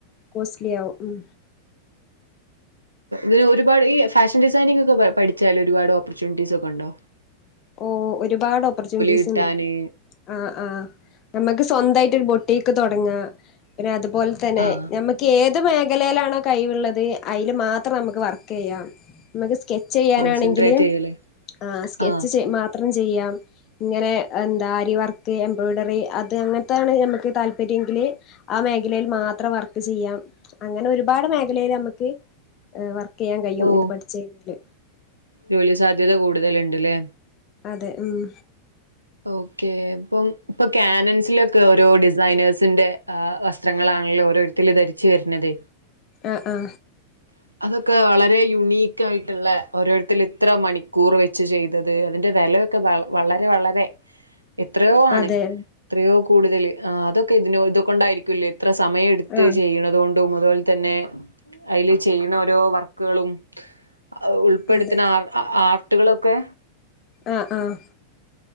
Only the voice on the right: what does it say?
തിന്ഒരുപാട് ഈ ഫാഷൻ ഡിസൈനിങ് ക്കെ പ പഠിച്ചാല് ഒരുപാട് ഓപ്പർ ചുൻറ്റീസൊക്കണ്ടോ
കിട്ടാന്
ആഹ്
കോൺസെൻട്രേറ്റ് ചെയ്യല്
ആഹ്
ഓഹ്
ജോലി സാധ്യത കൂടുതലുണ്ട്ല്ലേ?
ഓക്കെ അപ്പം ഇപ്പൊ കാനൻസിലൊക്കെ ഓരോ ഡിസൈനേഴ്സിന്റെ ഏ വസ് സ്ത്രങ്ങളാണല്ലോ ഓരോരുത്ത ധരിച്ചു വരുന്നത്.
<inaudible> അതൊക്കെ വളരെ യുൂണീക്ക്യയിട്ട്ള്ള. ഓരോരുത്തൽ ഇത്ര മണിക്കൂറ് വെച്ച് ചെയ്തത് അതിന്റെ വേല- ക്കെ വളരെ വളരെ. എത്രയോണ്
എത്രയോ കൂടുതല്. അതൊക്കെ ഇതിനോ ഇതൊക്കെണ്ടായിരിക്കുല്ലേ. ഇത്ര സമയെടുത്ത്
ചെയ്യണതുകൊണ്ടും. അതുപോല തന്നെ അതില് ചെയ്യണ ഓരോ വർക്കുകളും. ഔ ഉൾപ്പെടുത്തുണ
ആ ആർട്ടുകളൊക്കെ.